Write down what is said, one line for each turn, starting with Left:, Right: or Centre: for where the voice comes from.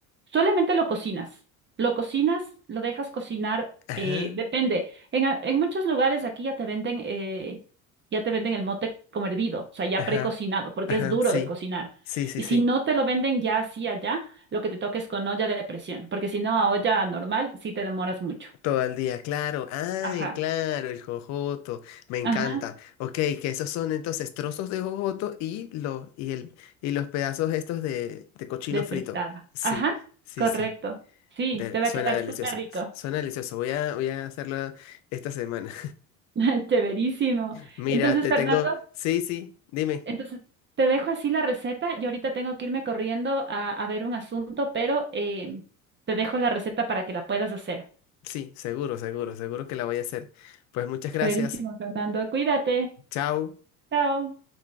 Right: Solamente lo cocinas. Lo cocinas, lo dejas cocinar.
Left: Ajá,
Right: eh, depende. En, a- en muchos lugares aquí ya te venden, eh, ya te venden el mote como hervido, o sea, ya
Left: ajá,
Right: precocinado, porque
Left: ajá,
Right: es duro
Left: sí,
Right: de cocinar.
Left: sí, sí,
Right: Y
Left: sí.
Right: si no te lo venden ya así allá, lo que te toques con olla de presión, porque si no a olla normal sí te demoras mucho.
Left: Todo el día, claro. Ay,
Right: Ajá.
Left: claro, el jojoto. Me encanta.
Right: Ajá.
Left: Ok, que esos son entonces trozos de jojoto y los, y el, y los pedazos estos de, de cochino
Right: de
Left: frito.
Right: fritada.
Left: Sí,
Right: Ajá,
Left: sí,
Right: correcto.
Left: sí.
Right: Sí,
Left: Del
Right: te va
Left: suena
Right: a quedar
Left: delicioso.
Right: súper rico.
Left: s- Suena delicioso. Voy a, voy a hacerlo esta semana.
Right: <laughs> Chéverísimo.
Left: <laughs> Mira,
Right: Entonces,
Left: te
Right: Fernando,
Left: tengo. Sí, sí, dime.
Right: entonces te dejo así la receta. Yo ahorita tengo que irme corriendo a, a ver un asunto, pero eh, te dejo la receta para que la puedas hacer.
Left: Sí, seguro, seguro, seguro que la voy a hacer. Pues muchas gracias.
Right: Chéverísimo, Fernando. Cuídate.
Left: Chao.
Right: Chao.